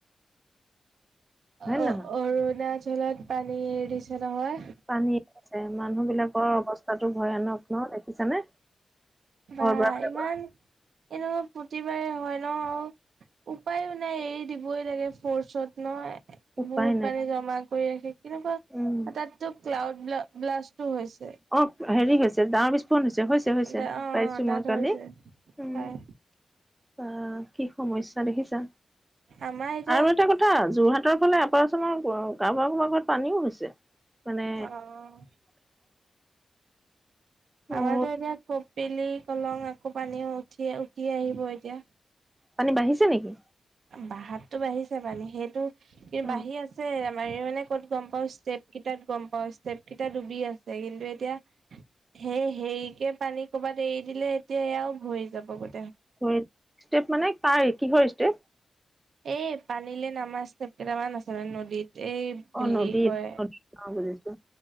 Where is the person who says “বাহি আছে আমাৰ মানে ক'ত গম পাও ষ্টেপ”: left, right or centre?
Right